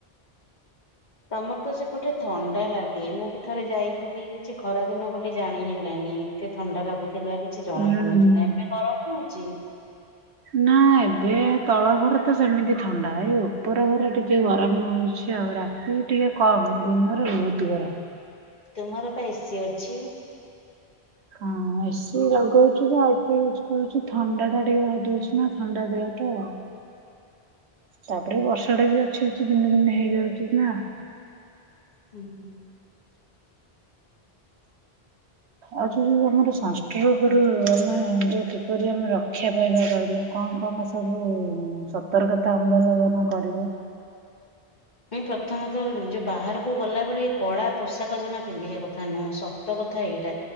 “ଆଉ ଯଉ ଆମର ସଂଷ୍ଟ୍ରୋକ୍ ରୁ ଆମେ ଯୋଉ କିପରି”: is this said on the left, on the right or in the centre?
Right